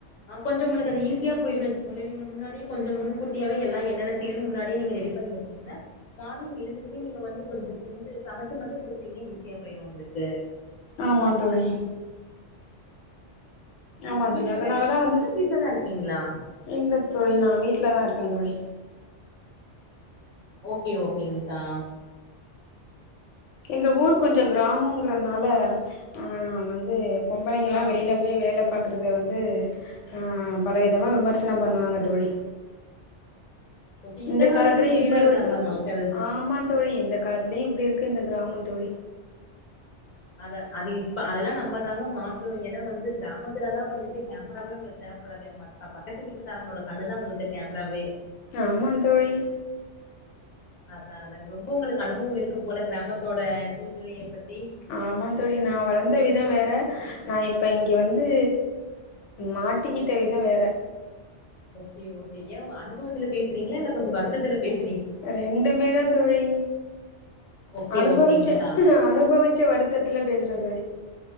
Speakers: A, on the left; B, on the left.
A: ஆ கொஞ்சோ உங்களுக்கு அது ஈஸியா போயிரு வச்சுக்கோங்கலே நீங்க முன்னாடியே கொஞ்சோ முன்கூட்டியாவே எல்லா என்னன்ன செய்யணு முன்னாடியே நீங்க ரெடி பண்ணி வச் பின்ன மார்னிங் எழுந்ததுமே நீங்க வந்து கொஞ்சோ செஞ்சு சமைச்சு மட்டு குடுத்துட்டீங்கனா ஈஸியா போயிரு உங்களுக்கு
B: ஆமா தோழி ஆமா
A: நீங்க
B: தோழி அதனாலதா
A: வேலைக்கு போறீங்ளா
B: வந்து
A: வீட்லதா இருக்கீங்ளா
B: இல்ல தோழி நா வீட்லதா இருக்க தோழி
A: ஓகே ஓகேங்க்கா
B: எங்க ஊர் கொஞ்சோ கிராமங்கிறதுனால ஆ வந்து பொம்பளைங்களா
A: ஆ
B: வெளில போய் வேல பாக்குறது வந்து ஆ பலவிதமாக விமர்சன பண்ணுவாங்க தோழி
A: ஓகே
B: இந்த
A: காலத்துல
B: காலத்திலயு
A: இப்டியெல்லா
B: இப்டி
A: இருக்காங்களா
B: ஒரு
A: மக்கள்
B: ஆமா தோழி இந்த காலத்திலயு இப்டி இருக்கு இந்த கிராம தோழி
A: அத அது இப்ப அதெல்லா நம்ம தாங்க மாத்தணு ஏன்னா வந்து கிராமத்துலதா வந்துட்டு கேமராவே உங்களுக்கு தேவைப்படாதே ஆமா பக்கத்து வீட்டுக்காரங்களோட கண்ணு தா உங்களுக்கு கேமராவே
B: ஆமா தோழி
A: அதா அதாங்க ரொம்ப உங்களுக்கு அனுபவ இருக்கு போல கிராமத்தோட சூழ்நிலைய பத்தி
B: ஆமா தோழி நா வளர்ந்த வித வேற நா இப்ப இங்க வந்து மாட்டிக்கிட்ட வித வேற
A: ஓகே ஓகே ஏ அனுபவத்துல பேசுறீங்களா இல்ல கொஞ்சோ வருத்தத்துல பேசுறீ
B: ரெண்டுமே தா தோழி
A: ஓகே
B: அனுபவிச்ச
A: ஓகேங்க்கா
B: அனுபவிச்ச வருத்தத்துல பேசுற தோழி